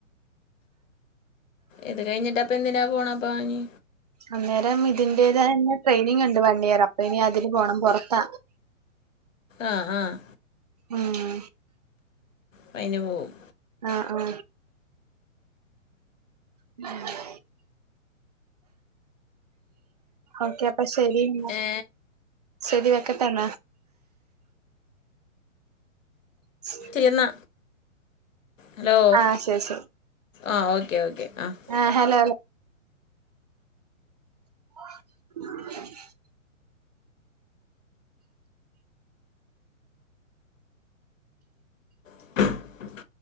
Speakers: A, on the left (about 70°); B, on the right (about 30°).
A: ഇത് കഴിഞ്ഞിട്ട് അപ്പൊ എന്തിനാ പോണാപ്പാനി
B: അന്നേരം ഇതിന്റേത് തന്നെ ട്രെയിനിങ് ഉണ്ട് വൺ ഇയർ അപ്പ ഇനി അതിന് പോണം പൊറത്താ
A: ആഹ് ആഹ്
B: ആഹ്
A: പ അയിനുപോവും
B: ആഹ് ആഹ് <inaudible> ഓക്കെ അപ്പൊ ശരി എന്നാ
A: ഏ
B: ശരി വെക്കട്ടേന്നാ <inaudible>
A: ശരി എന്നാ ഹലോ
B: ആഹ് ശരി ശരി
A: ആഹ് ഓക്കെ ഓക്കെ ആഹ്
B: ആഹ് ഹലോ <inaudible>
A: <inaudible>